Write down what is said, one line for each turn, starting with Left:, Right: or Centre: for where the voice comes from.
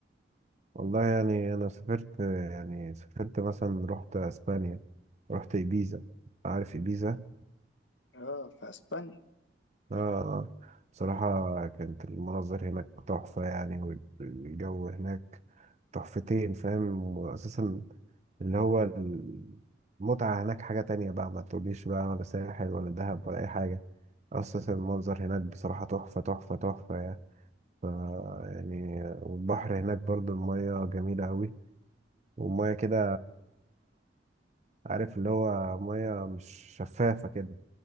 Right: والله يعني أنا سافرت يعني سافرت مثلا رحت أسبانيا رحت إيبيزا عارف إيبيزا؟
Left: اه في اسبانيا
Right: آه آه. بصراحة كانت المناظر هناك تحفة يعني والجو هناك تحفتين فاهم وأساسا اللي هو المتعة هناك حاجة تانية بقى ما تقوليش بقى ولا ساحل ولا دهب ولا أي حاجة أساسا المنظر هناك بصراحة تحفة تحفة تحفة يعني ف يعني والبحر هناك برضو المية جميلة أوي والمية كده عارف اللي هو مية مش شفافة كده